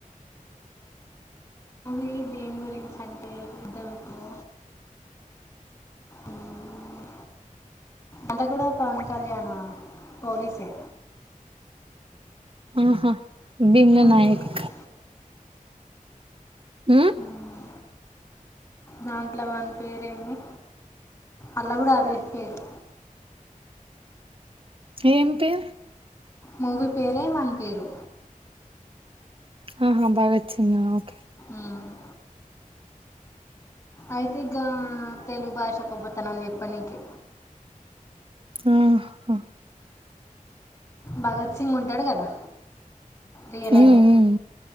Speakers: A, on the left; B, on the right.
A: మూవీ దేన్ గురించంటే ఇడొంట్నౌ ఉమ్ అంతకూడా పవన్ కళ్యాణ పోలీసే
B: ఆహా భిమ్లా
A: మూవీ
B: నాయక్
A: దేని గు-
B: మ్
A: ఉమ్, దాంట్లో వాణి పేరేమీ అల్లా కూడా అదే పేరు
B: సేమ్ పేర
A: మూవీ పేరే వన్ పేరు
B: ఆహా భగత్ సింగ్ ఓకే
A: ఉమ్. అయితే గా తెలుగు భాష గొప్పతానని చెప్పనికి
B: ఉమ్ హా
A: భగత్ సి సింగ్ ఉంటాడు కదా రియల్ అయినే
B: ఉమ్ ఉమ్